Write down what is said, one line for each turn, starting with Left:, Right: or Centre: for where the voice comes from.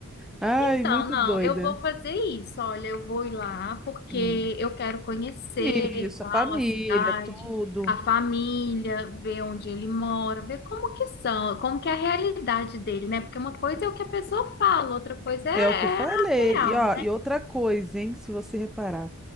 Centre: Ai,
Left: Então,
Centre: muito
Left: não,
Centre: doida.
Left: eu vou fazer isso. Olha, eu vou ir lá porque
Centre: Hum.
Left: eu quero conhecer
Centre: Isso,
Left: e tal
Centre: a família,
Left: a cidade,
Centre: tudo.
Left: a família, ver onde ele mora, ver como que são, como que é a realidade dele, né? Porque uma coisa é o que a pessoa fala, outra coisa é,
Centre: É o que eu falei.
Left: é a real,
Centre: E, ó, e outra coisa, hein? Se você reparar,